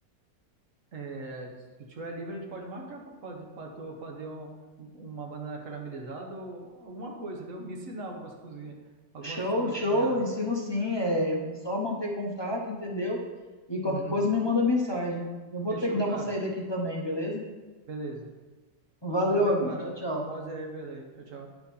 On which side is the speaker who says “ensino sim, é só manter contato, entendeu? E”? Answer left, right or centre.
Left